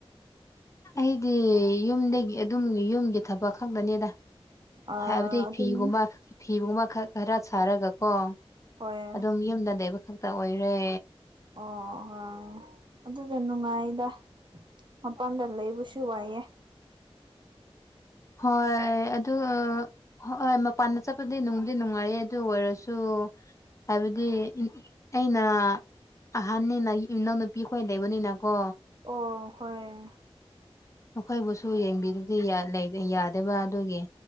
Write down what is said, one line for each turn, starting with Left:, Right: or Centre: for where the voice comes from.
Left: ꯑꯩꯒꯤ ꯌꯨꯝꯗꯒꯤ ꯑꯗꯨꯝ ꯌꯨꯝꯒꯤ ꯊꯕꯛ ꯈꯛꯇꯅꯤꯗ
Right: ꯑꯥ
Left: ꯍꯥꯏꯕꯗꯤ
Right: ꯑꯗꯨꯝ
Left: ꯐꯤꯒꯨꯝꯕ ꯐꯤꯒꯨꯝꯕ ꯈꯛ ꯈꯔ ꯁꯥꯔꯒꯀꯣ
Right: ꯍꯣꯏ
Left: ꯑꯗꯨꯝ ꯌꯨꯝꯗ ꯂꯩꯕ ꯈꯛꯇ ꯑꯣꯏꯔꯦ
Right: ꯑꯣ ꯍꯣꯏ ꯑꯗꯨꯗ ꯅꯨꯡꯉꯥꯏꯗ ꯃꯄꯝꯗ ꯂꯩꯕꯁꯨ ꯋꯥꯏꯌꯦ
Left: ꯍꯣꯏ ꯑꯗꯨ ꯍꯣ ꯑꯣ ꯃꯄꯥꯟꯗ ꯆꯠꯄꯗꯤ ꯅꯨꯡꯕꯨꯗꯤ ꯅꯨꯡꯉꯥꯏꯌꯦ ꯑꯗꯨ ꯑꯣꯏꯔꯁꯨ ꯍꯥꯏꯕꯗꯤ ꯑꯩꯅ ꯑꯍꯟꯅꯤꯅ ꯏꯅꯥꯎ ꯅꯨꯄꯤ ꯈꯣꯏ ꯂꯩꯕꯅꯤꯅ ꯀꯣ
Right: ꯑꯣ ꯍꯣꯏ
Left: ꯃꯈꯣꯏꯕꯨꯁꯨ ꯌꯦꯡꯕꯤꯗꯗꯤ ꯌꯥ ꯂꯩꯗꯦ ꯌꯥꯗꯕ ꯑꯗꯨꯒꯤ